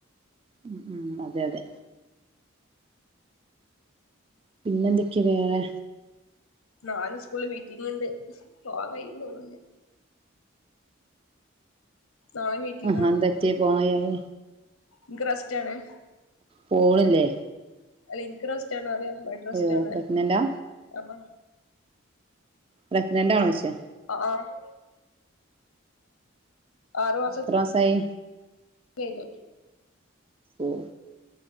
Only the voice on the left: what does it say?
നാല് സ്കൂള് മീറ്റിംഗ് ഇണ്ട് പോവാ കായിന്ന് തോന്നുന്നില്ല. നാളെ മീറ്റിംഗ്
ഇക്ക് റെസ്റ്റാണേ
അപം അല്ല ഇൻക് റെസ്റ്റ് സ്റ്റ പറഞ്ഞാല് ബെഡ് റെസ്റ്റാണ്
അപ്പൊ
ആഹ് ആര് ആറ് മാസം
കഴിഞ്ഞിട്ട്